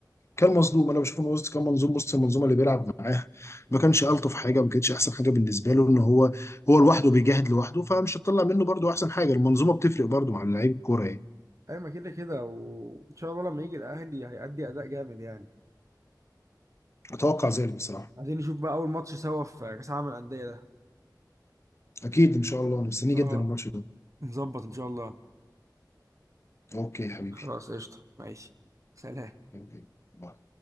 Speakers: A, on the left; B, on the right.
A: كان مظلوم انا بشوف انه وسط كان منظوم وسط المنظومه اللي بيلعب معاها ما كانش الطف حاجه ما كانتش احسن حاجه بالنسبه له ان هو هو لوحده بيجاهد لوحده فمش هتطلع منه برضو احسن حاجه المنظومه بتفرق برضو مع لعيب الكوره يعني
B: ايوه ما كده كده وان شاء الله لما يجي الاهلي هيأدي اداء جامد يعني
A: اتوقع ذلك بصراحه
B: عايزين نشوف بقى اول ماتش سوا في كاس العالم للانديه ده
A: اكيد ان شاء الله انا مستنيه
B: اه
A: جدا الماتش ده
B: نظبط ان شاء الله
A: اوكي يا حبيبي
B: خلاص قشطه ماشي سلام
A: اشتركوا في القناة